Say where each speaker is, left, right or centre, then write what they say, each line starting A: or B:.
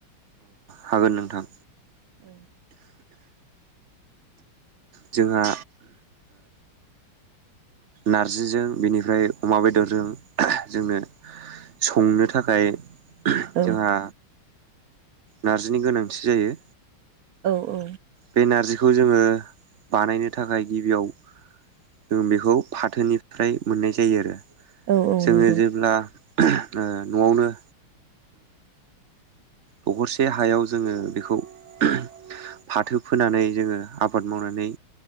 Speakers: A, on the right; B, on the right.
A: हागोन नोंथां
B: औ
A: जोंहा नारजिजों बेनिफ्राय अमा बेदरजों जोंनो संनो थाखाय
B: औ
A: जोंहा नारजिनि गोनांथि जायो
B: औ औ
A: बे नारजिखौ जोङो बानायनो थाखाय गिबियाव जों बेखौ फाथोनिफ्राय मोननाय जायो आरो
B: औ औ
A: जोङो
B: नंगौ
A: जेब्ला न'आवनो दखरसे हायाव जोङो बेखौ फाथो फोनानै जोङो आबाद मावनानै